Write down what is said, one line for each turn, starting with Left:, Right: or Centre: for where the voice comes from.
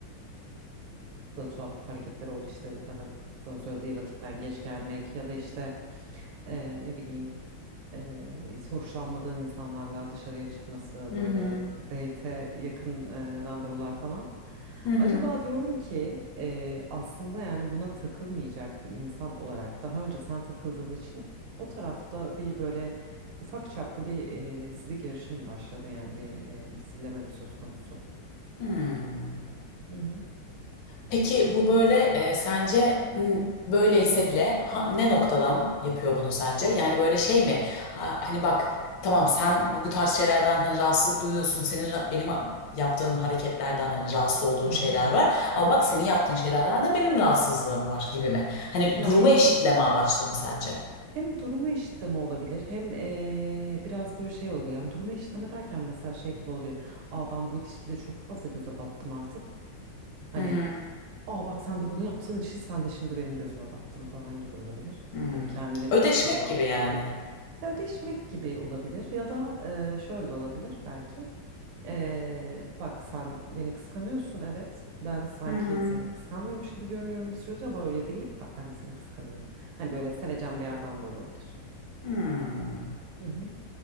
Right: da tuhaf hareketler oldu işte daha sana söylediği vakitten geç gelmek ya da işte eee, ne bileyim eee, hoşlanmadığın insanlarla dışarıya çıkması
Left: Hı hı.
Right: böyle date'e yakın eee, randevular falan.
Left: Hı hı.
Right: Acaba diyorum ki eee, aslında yani buna takılmayacak bir insan olarak daha önce sen takıldığın için o tarafta bir böyle ufak çaplı bir eee sizi girişim başladı yani bir eee misilleme mi söz konusu?
Left: Hmm.
Right: Hı hı.
Left: Peki bu böyle e, sence m, böyleyse bile ha- ne noktadan yapıyor bunu sence? Yani böyle şey mi? Ha, hani bak tamam sen bu, bu tarz şeylerden hani rahatsızlık duyuyorsun. Senin ra- benim a- yaptığım hareketlerden hani rahatsız olduğun
Right: Hı
Left: şeyler
Right: hı hı. hı.
Left: var. Ama bak senin yaptığın şeylerden de benim rahatsızlığım var gibi mi? Hani
Right: Ya
Left: durumu
Right: hem
Left: eşitleme amaçlı mı sence?
Right: Hem duruma eşitleme olabilir hem eee, biraz böyle şey olabilir. Yani duruma eşitleme derken mesela şey gibi olabilir. Aa ben bu ilişkide çok fazla göze battım artık. Hani
Left: Hı hı.
Right: aa bak sen de bunu yaptığın için sen de şimdi benim gözüme battın falan gibi olabilir.
Left: Hmm.
Right: Hani kendini
Left: Ödeşmek
Right: biraz acaba
Left: gibi yani.
Right: haklı ya ödeşmek gibi olabilir ya da e, şöyle de olabilir belki. E, bak sen beni kıskanıyorsun evet. Ben sanki
Left: Hı hı.
Right: seni kıskanmıyormuş gibi görünüyorum bir süredir ama öyle değil. Bak ben de seni kıskanıyorum. Hani böyle sevecen bir yerden de olabilir.
Left: Hmm.
Right: Hı hı.